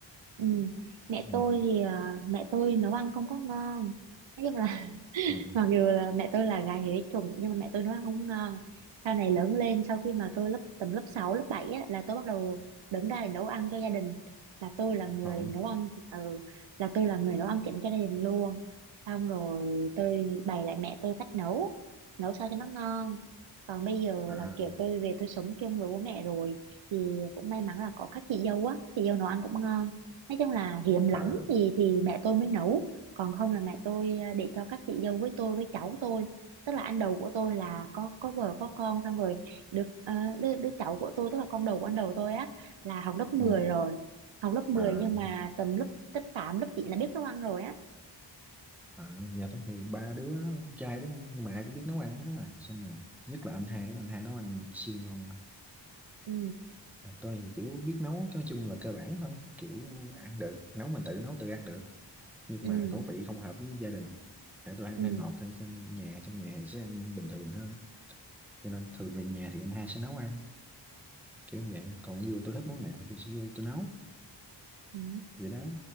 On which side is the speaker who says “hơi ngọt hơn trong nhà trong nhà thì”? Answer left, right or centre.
Centre